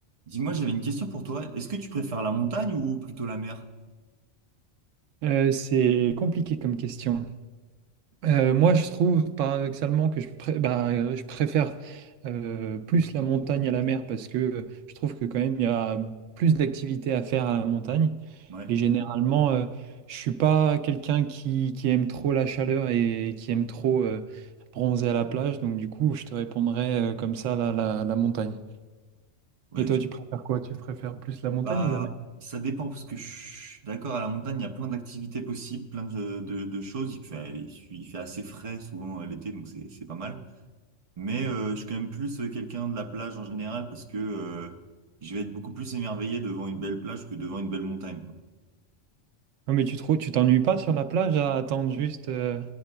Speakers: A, on the right; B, on the right.
A: Dis-moi, j'avais une question pour toi. Est-ce que tu préfères la montagne ou plutôt la mer?
B: Euh, c'est compliqué comme question. Euh, moi, je trouve paradoxalement que je, pré- bah, euh, je préfère euh, plus la montagne à la mer parce que euh, je trouve que quand même il y a plus d'activités à faire à la montagne.
A: Ouais,
B: Et généralement, euh, je suis pas quelqu'un qui, qui aime trop la chaleur et qui aime trop euh, bronzer à la plage. Donc du coup, je te répondrais euh, comme ça la, la, la montagne.
A: ouais.
B: Et toi,
A: je-
B: tu préfères quoi? Tu préfères plus la montagne
A: Bah,
B: ou la mer?
A: ça dépend parce que je suis d'accord, à la montagne, il y a plein d'activités possibles, plein de, de, de choses. Il fait, il fait il fait assez frais souvent euh, l'été, donc c'est, c'est pas mal. Mais euh, je suis quand même plus euh, quelqu'un de la plage en général parce que euh, je vais être beaucoup plus émerveillé devant une belle plage que devant une belle montagne, quoi.
B: Non, mais tu trouves, tu t'ennuies pas sur la plage à attendre juste euh,